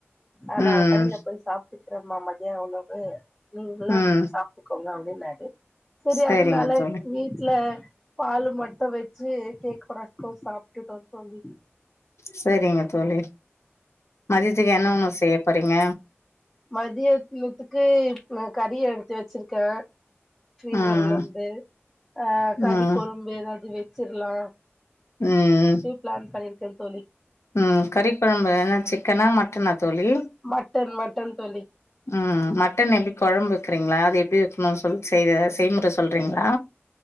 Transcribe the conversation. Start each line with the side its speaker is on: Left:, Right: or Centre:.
Centre: ஆனா
Left: ம்
Centre: அவ கடைல போய் சாப்ட்டுக்ற மா மத்ய உண வு நீங்ளு
Left: ம்
Centre: சாப்ட்டுக்கோங்க அப்டினாரு சரி
Left: செரிங்க
Centre: அதனால
Left: தோழி
Centre: வீட்ல பாலு மட்டு வச்சு கேக்கு ரஸ்க்கு சாப்டுட்டோ தோழி
Left: சரிங்க தோழி மதியத்துக்கு என்ன உணவு செய்யப்போறீங்க
Centre: மதியத்னுதுக்கு இப்ப கறி எடுத்து வச்சிருக்கே ஃபீரீசர்லந்து
Left: ம்
Centre: அ கறி
Left: ம்
Centre: குழும்பு ஏதாவது வச்சிர்லா
Left: ம் ம்
Centre: பிளான் பண்ணிருக்கே தோழி
Left: ம் கறி குழம்பு என்ன சிக்கனா மட்டனா தோழி
Centre: மட்டன் மட்டன் தோழி
Left: ம் மட்டன் எப்டி கொழம்பு வைக்கறீங்களா அது எப்டி வக்கணும்னு சொல் செய்ற செய்முற சொல்றீங்களா